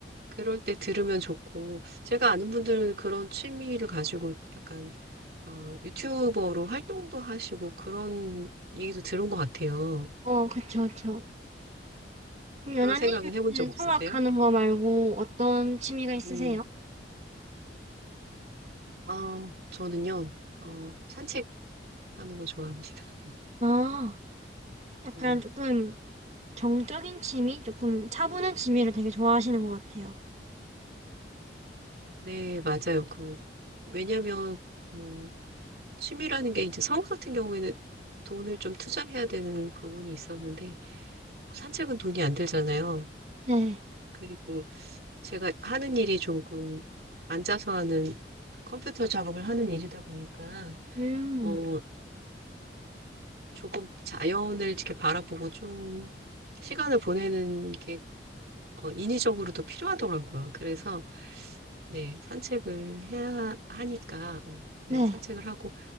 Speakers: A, on the right (about 55°); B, on the right (about 40°).
A: 그럴 때 들으면 좋고 제가 아는 분들은 그런 취미를 가지고 약간 어, 유튜버로 활동도 하시고 그런 얘기도 들은 것 같아요.
B: 어, 그쵸, 그쵸. 그럼
A: 그런
B: 연하님은
A: 생각은 해본 적 없으세요?
B: 성악하는 거 말고 어떤 취미가 있으세요?
A: 음, 아, 저는요, 어, 산책하는 거 좋아합니다. <laughs>
B: 아, 약간
A: 네,
B: 조금 정적인 취미? 조금 차분한 취미를 되게 좋아하시는 것 같아요.
A: 네, 맞아요. 그, 왜냐면, 뭐, 취미라는 게 이제 성우 같은 경우에는 돈을 좀 투자해야 되는 부분이 있었는데, 산책은 돈이 안 들잖아요.
B: 네.
A: 그리고 제가 하는 일이 조금 앉아서 하는 컴퓨터 작업을 하는 일이다 보니까,
B: 음,
A: 어, 조금 자연을 이렇게 바라보고 좀 시간을 보내는 게 어, 인위적으로도 필요하더라고요. 그래서 네, 산책을 해야 하니까 어, 네,
B: 네.
A: 산책을 하고